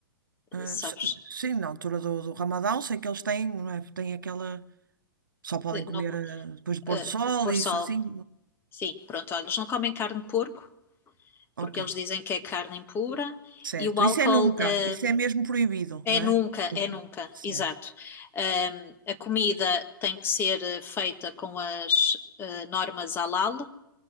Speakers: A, on the right (about 70°); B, on the left (about 20°).
A: Ah,
B: Sabes?
A: s- sim, na altura do, do Ramadão, sei que eles têm, não é? Têm aquela. Só podem
B: Eh,
A: comer
B: Não
A: ah, depois
B: uh,
A: do pôr do sol
B: pôr
A: e
B: sol.
A: isso assim.
B: Sim, pronto, olha, eles não comem carne de porco,
A: Ok,
B: porque eles dizem que é carne impura,
A: Certo.
B: e o álcool
A: Isso é nunca.
B: uh,
A: Isso é mesmo proibido,
B: é
A: não
B: nunca,
A: é? Nunca.
B: é nunca,
A: Certo.
B: exato. Um, a comida tem que ser eh, feita com as uh, normas halal.